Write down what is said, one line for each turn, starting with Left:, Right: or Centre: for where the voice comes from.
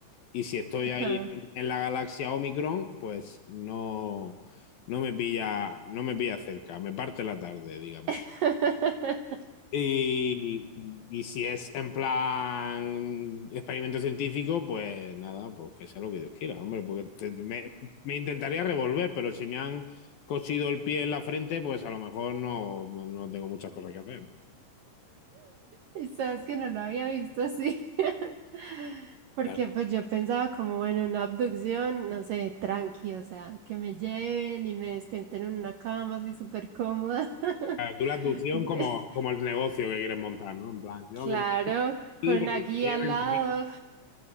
Left: Y si estoy
Right: Ajá.
Left: ahí en, en la galaxia Omicron, pues no, no me pilla, no me pilla cerca, me parte la tarde, digamos.
Right: <laughs>
Left: Y, y si es en plan experimento científico, pues nada, pues que sea lo que Dios quiera, hombre, porque te- me, me intentaría revolver, pero si me han cosido el pie en la frente, pues a lo mejor no, no tengo muchas cosas que hacer, ¿no?
Right: Y sabes que no lo había visto así. <laughs> Porque
Left: Claro,
Right: pues yo pensaba como, bueno, una abducción, no sé, tranqui, o sea, que me lleven y me despierten en una cama así súper cómoda. <laughs>
Left: claro, tú la abducción como, como el negocio que quieres montar, ¿no? En plan, yo
Right: Claro,
Left: que me aquí,
Right: con una
Left: pero
Right: guía
Left: que me lleven,
Right: al lado.